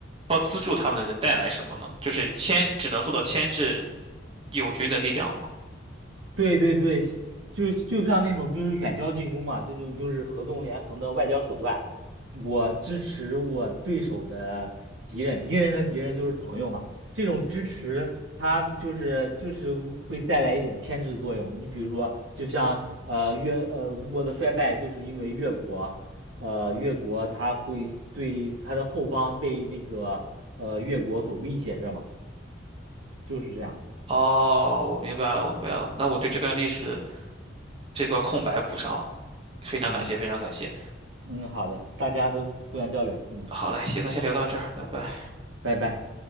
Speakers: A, on the right; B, on the right.
A: 帮资助他们的人带来什么呢？就是牵只能做到牵制友军的力量吗？
B: 对对对，就就像那种就是远交近攻嘛，这种就是合纵连横的外交手段。我支持我对手的敌人，敌人的敌人就是朋友嘛。这种支持，它就是就是会带来一种牵制作用。你比如说，就像呃越呃吴国的衰败，就是因为越国，呃越国它会对它的后方被那个呃越国所威胁着嘛，就是这样。
A: 哦，我明白了，我明白了。那我对这段历史这个空白补上了，非常感谢，
B: 嗯
A: 非常感谢。
B: 嗯，好的，大家都互相交流，嗯。
A: 好嘞，行，那先聊到这儿，拜拜。
B: 拜拜